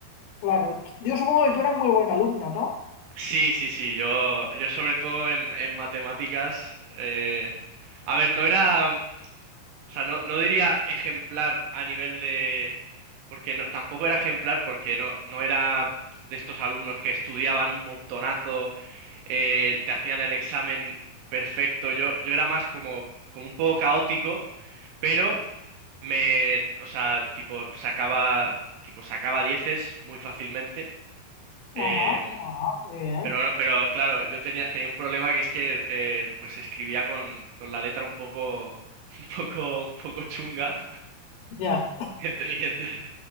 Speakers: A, on the left; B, on the right.
A: Claro, t- yo supongo que tú eras muy buen alumno, ¿no?
B: Sí, sí, sí. Yo, yo sobre todo en, en matemáticas. eh, A ver, no era. O sea, no, no diría ejemplar a nivel de. Porque no, tampoco era ejemplar porque no, no era de estos alumnos que estudiaban un montonazo. eh, te hacían el examen perfecto. Yo, yo era más como, como un poco caótico, pero me, o sea, tipo, sacaba, tipo, sacaba dieces muy fácilmente. eh,
A: Ajá, ajá, muy bien.
B: pero, no- pero claro, yo tenía, tenía un problema que es que eh, pues escribía con, con la letra un poco, <laughs> un poco, un poco chunga. <laughs>
A: Ya,
B: Y, ent- y ent-